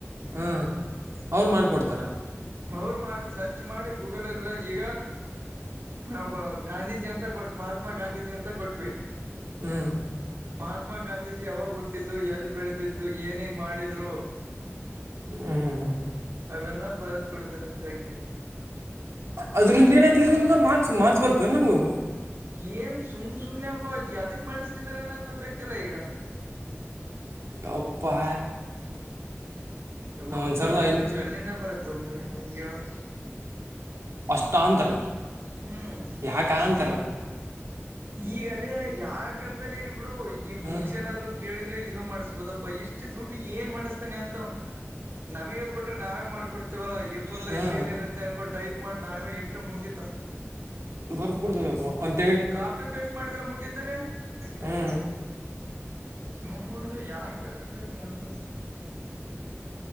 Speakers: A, on the right; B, on the right.
A: ಹಾ ಅವ್ರ ಮಾಡಕೊಡ್ತಾರ.
B: ಅವರ ಮಾಡಿ ಸರ್ಚ್ ಮಾಡಿ ಗೂಗಲ್ಲ್ ಎಲ್ಲಾ ಈಗ ಒಬ್ಬ ಗಾಂಧೀಜಿ ಅಂತ ಕೊಟ್ ಮಹಾತ್ಮ ಗಾಂಧೀಜಿ ಅಂತ ಕೊಟ್ವಿ.
A: ಹ್ಮ್
B: ಮಹಾತ್ಮ ಗಾಂಧೀಜಿ ಯಾವಾಗ ಹುಟ್ಟಿದ್ದು ಎಲ್ ಬೆಳೆದಿದ್ದು ಏನೇನ್ ಮಾಡಿದ್ರು
A: ಹ್ಞೂ ಹ್ಞೂ
B: ಅವೆಲ್ಲ ಬರ್ದ ಕೊಡ್ತಾರಂತ ಹೆಂಗೆ
A: ಆದ್ದರಿಂದ ಏನಾಯ್ತಿ ನಮ್ ಮಾರ್ಕ್ಸ್ ಮಾರ್ಕ್ಸ್ ಬರ್ತವ ನಮಗೂ
B: ಏನ್ ಸುಮ್ ಸುಮ್ನೆ ಅಪ ಯಾವ್ದಕ್ ಮಾಡಿಸ್ತಿದಾರ ಅನ್ನೋದು ಗೊತ್ತಾಗ್ತಿಲ್ಲ ಈಗ
A: ಯಪ್ಪಾ
B: ಒಂದ್
A: ಒಂದು
B: ಸಾವಿರದ
A: ಐದು
B: ಐದನೂರು ಎಲ್ಲಿಂದ ಬರತ್ತು ನಿಮ್ಗೆ ಹೇಳು
A: ತಕೊಂತರ
B: ಹ್ಮ್
A: ಯಾಕ ಅಂತಾರ
B: ಈಗ ಅದೇ ಯಾಕಂತ್ರ ಈಗ ಬಿಡು ಈ
A: ಹ್ಞೂ
B: ಬುಕ್ಸ್ ಏನಾದ್ರು ಕೇಳಿದ್ರೆ ಇದು ಮಾಡಸ್ಬೋದಪ್ಪ ಇಷ್ಟ್ ಇಷ್ಟು ದುಡ್ಡು ಏನ್ ಮಾಡಿಸ್ತಾನನೆ ಅಂತ ನಮಗ ಕೊಟ್ರೆ ನಾವೇ ಮಾಡ್ಕೊಡ್ತೀವಲ್ಲ ಎ ಫೋರ್ ಸೈಜ್
A: ಹ್ಞೂ
B: ಶೀಟ್ ಇರುತ್ತೆ ಹಂಗೂ ಟೈಪ್ ಮಾಡಿ ನಾವೇ ಇಟ್ರೆ ಮುಗಿತಪ್ಪ
A: ಬರ್ದಕೊಡ್ದೇವಪ್ಪ
B: ಕಾಪಿ ಪೇಸ್ಟ್ ಮಾಡಿದ್ರೆ ಮುಗಿದ್ದಲೆ
A: ಹ್ಞೂ
B: ನೀವು ನೋಡಿದ್ರೆ ಯಾಕಾದ್ರ ಬೇಕು ಅಂತ